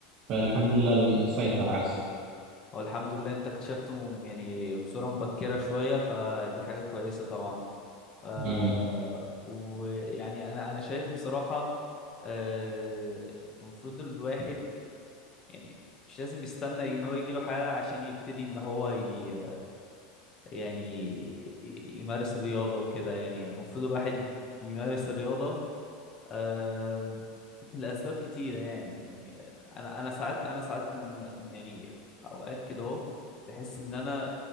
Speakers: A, on the right; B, on the left.
A: فالحمد لله مسيطر على السكر
B: هو الحمد لله انت اكتشفته م- يعني بصوره مبكره شويه فدي حاجه كويسه طبعا آه
A: أمم.
B: ويعني انا انا شايف بصراحه آه، المفروض الواحد يعني مش لازم يستنى ان هو يجيله حاله عشان يبتدي ان هو ي... يعني يمارس الرياضة وكده يعني المفروض الواحد يمارس الرياضة آم، لأسباب كتيرة يعني يعني أنا أنا ساعات أنا ساعات من- يعني أوقات كده أهو بحس إن أنا